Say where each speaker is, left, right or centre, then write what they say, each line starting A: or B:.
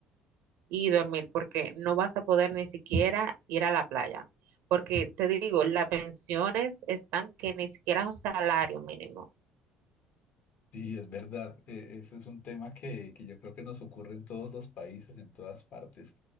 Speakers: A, on the right; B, on the left.
A: y dormir, porque no vas a poder ni siquiera ir a la playa. Porque te digo, las pensiones están que ni siquiera un salario mínimo.
B: Sí, es verdad. Eh, eso es un tema que, que yo creo que nos ocurre en todos los países, en todas partes,